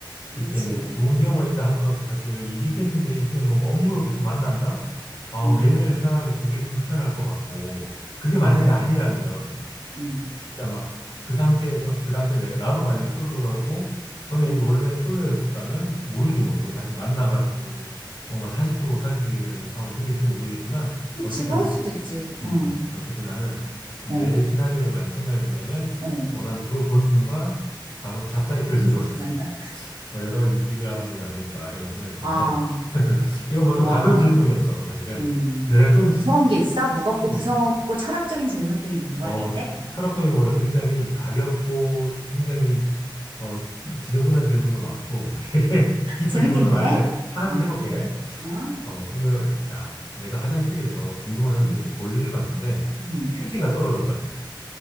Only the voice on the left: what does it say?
이렇게 뭐 좋은 기억만 있다 하더라도 사실 이직했는데 있으면 뭔가 업무로 계속 만난다? 아,
매일매일 회사 가는 게 되게 불편할 것 같고, 그게
만약에 아니라면,
진짜 막 그 상태에서 그 당시에 내가 나도 만약에 솔로라고 전에
있는 원래 솔로였었다면 모르지
뭐 또 다시 만나가지고 뭔가 다시 또 사귀게 되는 상황 생길지 모르겠지만
어쨌든
음
어쨌든 나는 좀
내 시나리오를 만약에 생각해 본다면
어 나는 그걸 본 순간 바로 잡사이트를 <laughs> 들어가서
뭐 여러 가지 이직을 알아보지 않을까 이런 생각이 드는데
<laughs> 이건 뭐
좀 가벼운 질문이었어 사실은
근데 내가 좀
어,
어,
철학적인 것보다 굉장히 가볍고 굉장히 어, 뭐 지저분한 질문도 많고, <laughs> 되게 깊은
질문도 많은데, 하나씩
해볼게.
어, 이거, 자, 내가 화장실에서, 공중 화장실에서
볼일을 봤는데,
휴지가 떨어졌다면,